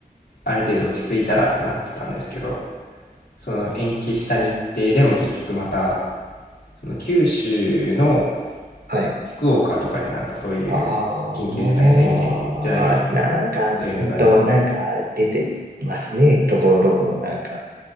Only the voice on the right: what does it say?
はい。
ああ、なんか、
うんと、なんか出てますね。ところどころなんか。